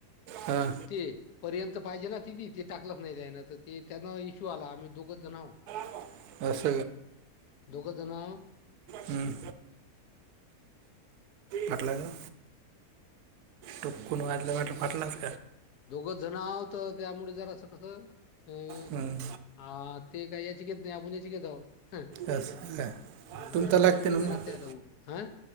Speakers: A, on the right; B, on the left.
A: हां
B: ते पर्यंत पाहिजे ना तिथी ते टाकलंच नाही त्याना तर ते त्यांना इश्यू आला आम्ही दोघच जण आहो
A: <unintelligible>
B: दोघजना
A: हम्म, फटलाच टकून वाजलं वाटलं फटलाच
B: दोघं जण आह होत त्यामुळे जरा असं कसं अं
A: हम्म,
B: हा ते काही याचीकेत नाही आपण याचीकेत आहोत
A: असं का
B: हा
A: तुमचा लागते
B: त्यामुळे
A: ना
B: जरा
A: मग
B: तेऊ हं